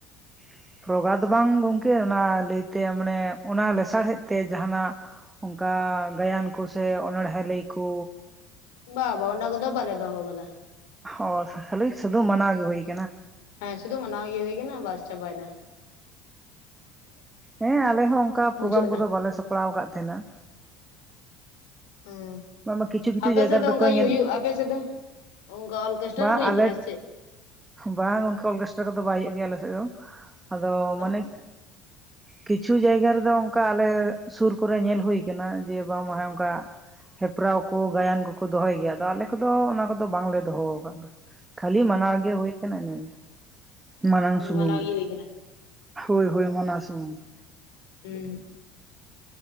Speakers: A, on the right (about 15°); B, on the left (about 70°).
A: <inaudible> ᱨᱚᱜᱟ ᱫᱚ ᱵᱟᱝ ᱜᱚᱢᱠᱮ ᱚᱱᱟ ᱞᱟᱹᱭᱛᱮ ᱢᱟᱱᱮ ᱚᱱᱟ ᱞᱮᱥᱟᱲᱦᱮᱫ ᱛᱮ ᱡᱟᱦᱟᱱᱟᱜ ᱚᱱᱠᱟ ᱜᱟᱭᱟᱱ ᱠᱚᱥᱮ ᱚᱱᱚᱬᱦᱮ ᱞᱟᱹᱭ ᱠᱚ
B: ᱵᱟ ᱵᱟ ᱚᱱᱟ ᱠᱚᱫᱚ ᱵᱟᱞᱮ ᱫᱚᱦᱚ ᱠᱟᱫᱟ
A: ᱚ ᱠᱷᱟᱹᱞᱤ ᱥᱩᱫᱷᱩ ᱢᱟᱱᱟᱣ ᱜᱮ ᱦᱩᱭ ᱟᱠᱟᱱᱟ
B: ᱦᱮᱸ ᱥᱩᱫᱩ ᱢᱟᱱᱟᱣ ᱤᱭᱟᱹ ᱦᱩᱭ ᱠᱟᱱᱟ ᱵᱟᱥ ᱪᱟᱵᱟᱭᱮᱱᱟ
A: ᱚ ᱦᱮᱸ ᱟᱞᱮ ᱦᱚᱸ ᱚᱱᱠᱟ
B: ᱢᱩᱪᱟᱹᱫ
A: ᱯᱨᱳᱜᱨᱟᱢ
B: ᱮᱱᱟ
A: ᱠᱚᱫᱚ ᱵᱟᱞᱮ ᱥᱟᱯᱲᱟᱣ ᱟᱠᱟᱫ ᱛᱟᱦᱮᱸᱱᱟ
B: ᱦᱮᱸ
A: ᱚᱱᱟᱢᱟ ᱠᱤᱪᱷᱩ ᱠᱤᱪᱷᱩ
B: ᱟᱯᱮ
A: ᱡᱟᱭᱜᱟ
B: ᱥᱮᱫ
A: ᱨᱮᱫᱚ
B: ᱫᱚ ᱚᱱᱠᱟ
A: ᱛᱚᱵᱮ
B: ᱤᱭᱟᱹ
A: ᱧᱮᱞᱚᱜ
B: ᱦᱩᱭᱩᱜ ᱟᱯᱮ ᱥᱮᱫ ᱫᱚ ᱚᱱᱠᱟ ᱚᱨᱠᱮᱥᱴᱟᱨ
A: ᱵᱟᱝ
B: ᱠᱚ ᱦᱩᱭᱩᱜ
A: ᱟᱞᱮ
B: ᱠᱟᱱᱟ ᱥᱮ
A: ᱵᱟᱝ ᱜᱚᱝᱠᱮ ᱚᱞᱠᱮᱥᱴᱨᱟ ᱠᱚᱫᱚ ᱵᱟᱭ ᱦᱩᱭᱩᱜ ᱜᱮᱭᱟ ᱟᱞᱮ ᱫᱚ ᱟᱫᱚ
B: ᱪᱮᱫ
A: ᱢᱟᱱᱮ ᱠᱤᱪᱷᱩ ᱡᱟᱭᱜᱟ ᱨᱮᱫᱚ ᱚᱱᱠᱟ ᱟᱞᱮ ᱥᱩᱨ ᱠᱚᱨᱮ ᱧᱮᱞ ᱦᱩᱭ ᱟᱠᱟᱱᱟ ᱡᱮ ᱵᱟᱝᱢᱟ ᱦᱮᱸ ᱚᱱᱠᱟ ᱡᱮᱯᱨᱟᱣ ᱠᱚ ᱜᱟᱭᱟᱱ ᱠᱚᱠᱚ ᱫᱚᱦᱚᱭ ᱜᱮᱭᱟ ᱟᱫᱚ ᱟᱞᱮ ᱠᱚᱫᱚ ᱚᱱᱟ ᱠᱚᱫᱚ ᱵᱟᱝᱞᱮ ᱫᱚᱦᱚᱣ ᱟᱠᱟᱫᱟ ᱠᱷᱟᱹᱞᱤ ᱢᱟᱱᱟᱣ ᱜᱮ ᱦᱩᱭ ᱠᱟᱱᱟ ᱤᱱᱟᱹᱜᱮ ᱢᱟᱨᱟᱝ
B: ᱚ
A: ᱥᱩᱢᱩᱝ
B: ᱢᱟᱱᱟᱣ
A: ᱜᱮ
B: ᱦᱩᱭ ᱠᱟᱱᱟ
A: ᱦᱳᱭ ᱦᱳᱭ ᱢᱟᱱᱟᱣ ᱥᱩᱢᱩᱝ ᱜᱮ
B: ᱦᱮᱸ